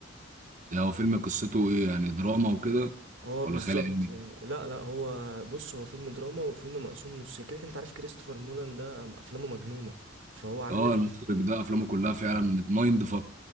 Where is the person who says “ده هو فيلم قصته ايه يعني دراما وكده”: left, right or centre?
Right